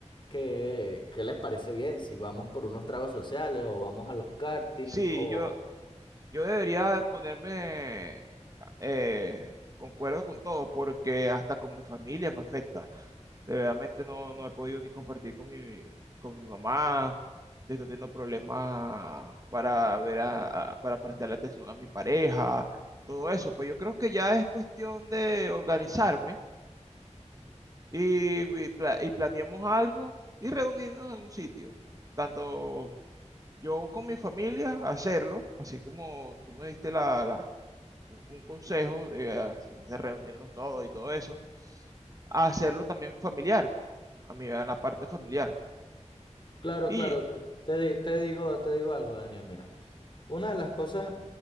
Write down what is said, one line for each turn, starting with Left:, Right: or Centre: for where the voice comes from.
Left: qué, qué les parece bien, si vamos por unos tragos sociales o vamos a los karting
Right: Sí,
Left: o
Right: yo, yo debería ponerme Eh, concuerdo con todo, porque hasta con mi familia me afecta. De Verdaderamente no, no he podido ni compartir con mi, con mi mamá. Estoy teniendo problemas para ver a, a- para prestarle atención a mi pareja, todo eso. Pues yo creo que ya es cuestión de organizarme y, y pla- y planeemos algo y reunirnos en un sitio. Tanto yo con mi familia, hacerlo, así como tú me diste la, la- un, un consejo de, ah, de reunirnos todos y todo eso, a hacerlo también familiar, a mí, a la parte familiar.
Left: Claro,
Right: Y
Left: claro, te, te di- te digo, te digo algo, Daniel, mira, una de las cosas,